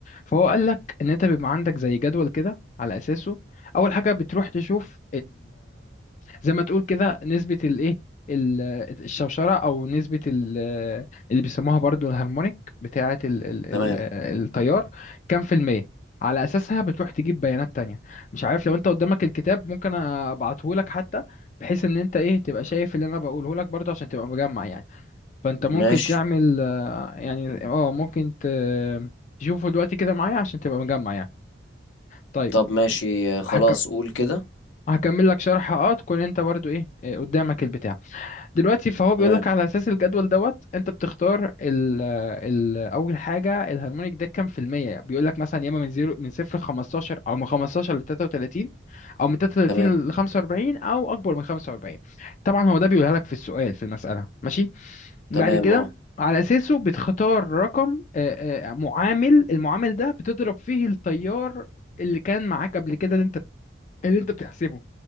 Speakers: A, on the left (about 40°); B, on the left (about 85°).
A: فهو قال لك ان انت بيبقى عندك زي جدول كده على اساسه اول حاجة بتروح تشوف زي ما تقول كده نسبة الايه ال- الشوشرة أو نسبة ال- اللي بيسموها برضو الهارمونيك بتاعة ال- ال- ال-
B: تمام
A: التيار كام في المية على أساسها بتروح تجيب بيانات تانية مش عارف لو أنت قدامك الكتاب ممكن أبعته لك حتى بحيث إن أنت إيه تبقى شايف اللي أنا بقوله لك برضو عشان تبقى مجمع يعني فأنت ممكن
B: ماشي
A: تعمل آه، يعني أه ممكن ت- تشوفه دلوقتي كده معايا عشان تبقى مجمع يعني طيب
B: طب ماشي آه، خلاص
A: هكم...
B: قول كده
A: هكمل لك شرح أه تكون أنت برضو إيه آه، قدامك البتاع دلوقتي فهو
B: تمام
A: بيقول لك على اساس الجدول دوت انت بتختار ال ال اول حاجه الهارمونيك ده كام في الميه بيقول لك مثلا يا اما من زيرو من صفر ل 15 او من 15 ل 33 او من 33
B: تمام
A: ل 45 او اكبر من 45 طبعا هو ده بيقولها لك في السؤال في المساله ماشي بعد
B: تمام
A: كده
B: اه
A: على اساسه بتختار رقم آه، آه، معامل المعامل ده بتضرب فيه التيار اللي كان معاك قبل كده اللي انت اللي انت بتحسبه